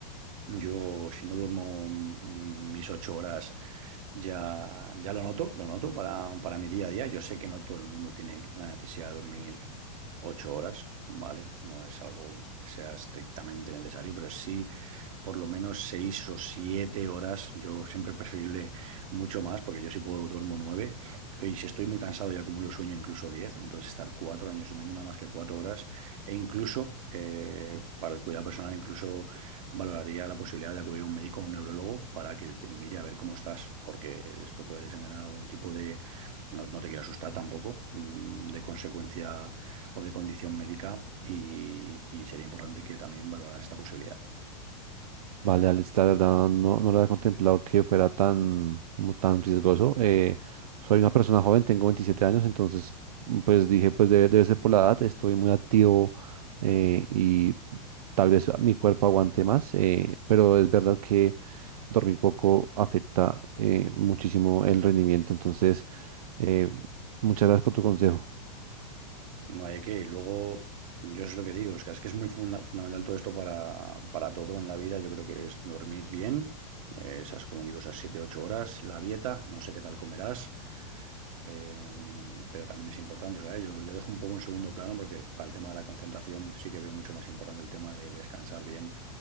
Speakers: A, on the right; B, on the right.
A: Yo, si no duermo m- mis ocho horas, ya, ya lo noto, lo noto para, para mi día a día. Yo sé que no todo el mundo tiene la necesidad de dormir ocho horas, ¿vale? No es algo que sea estrictamente necesario, pero sí por lo menos seis o siete horas. Yo siempre preferible mucho más, porque yo si puedo duermo nueve. Y si estoy muy cansado y acumulo sueño, incluso diez. Entonces estar cuatro años durmiendo nada más que cuatro horas. E incluso eh, para el cuidado personal, incluso valoraría la posibilidad de acudir a un médico o un neurólogo para que te mire a ver cómo estás, porque esto puede desencadenar algún tipo de, no, no te quiero asustar tampoco, mm, de consecuencia o de condición médica y, y sería importante que también valoraras esta posibilidad.
B: Vale, Alex, la verdad no, no lo había contemplado que fuera tan, como tan riesgoso. Eh, soy una persona joven, tengo 27 años, entonces mm, pues dije, pues debe, debe ser por la edad, estoy muy activo eh, y tal vez mi cuerpo aguante más, eh, pero es verdad que dormir poco afecta eh, muchísimo el rendimiento, entonces eh, muchas gracias por tu consejo.
A: No hay que. y Luego, yo es lo que digo, es que es que es muy funda- fundamental todo esto para, para todo en la vida. Yo creo que es dormir bien, eh, esas, como digo, esas siete ocho horas, la dieta, no sé qué tal comerás, eh, pero también es importante. eso, eh, Yo lo- le dejo un poco en segundo plano porque para el tema de la concentración sí que veo mucho más importante el tema de descansar bien